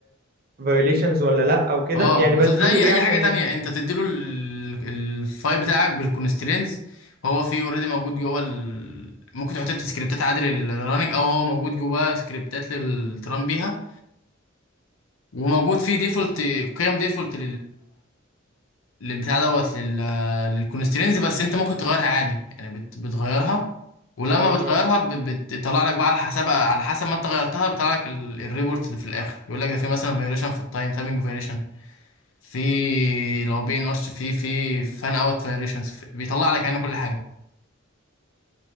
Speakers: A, on the right; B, on the left.
A: فيوليشنز ولا لا او كده
B: اه
A: يعني
B: بز-
A: بديله
B: زي
A: ايه
B: اي
A: عشان
B: حاجه تانية
A: يشت...
B: انت بتديله ال- الفايل بتاعك بالكونسترينز هو فيه اوريدي موجود جوه ال... ممكن تحط انت سكريبتات عادي للرننج او هو موجود جواه سكريبتات للتران بيها وموجود فيه ديفولت قيم ديفولت للبتاع دوت لل للكونسترينز بس انت ممكن تغيرها عادي يعني بت... بتغيرها ولما
A: اه
B: بتغيرها ب... بتطلع لك بقى على حسب على حسب ما انت غيرتها بيطلع لك ال... الريبورت اللي في الاخر يقول لك ده في مثلا فيريشن في التايم تايمينج فيريشن في لو بي ان ارش في في فان اوت فيريشنز بيطلع لك يعني كل حاجه